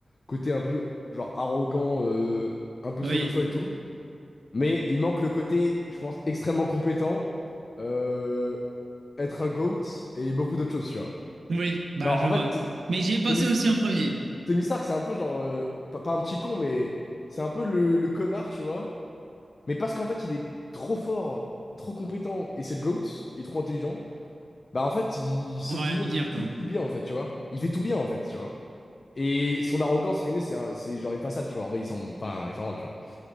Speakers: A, on the left; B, on the right.
A: côté un peu genre arrogant, euh, un peu
B: Oui,
A: sûr de soi et tout. Mais il manque le côté, je pense, extrêmement compétent, euh, être un GOAT et beaucoup d'autres choses, tu vois.
B: oui, bah
A: Non, en
B: je vois.
A: fait, t-
B: Mais j'y ai pensé
A: Tony,
B: aussi en premier.
A: Tony Stark, c'est un peu genre, euh, pas, pas un petit con, mais c'est un peu le, le connard, tu vois. Mais parce qu'en fait, il est trop fort, trop compétent et c'est le GOAT, il est trop intelligent. Bah en fait, il sauve
B: On va rien
A: tout le
B: lui
A: monde,
B: dire,
A: il fait tout,
B: quoi.
A: tout bien en fait, tu vois. Il fait tout bien en fait, tu vois. Et son arrogance, entre guillemets, c'est un- c'est genre une façade, tu vois. En vrai, il s'en pas, il s'en rend, tu vois.